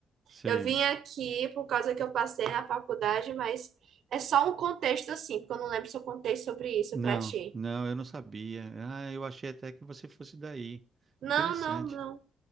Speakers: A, on the right (about 35°); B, on the right (about 70°).
A: sei.
B: Eu vim aqui por causa que eu passei na faculdade, mas é só um contexto assim, porque eu não lembro se eu contei sobre isso
A: Não,
B: pra ti.
A: não, eu não sabia. Ah, eu achei até que você fosse daí.
B: Não,
A: Interessante.
B: não, não.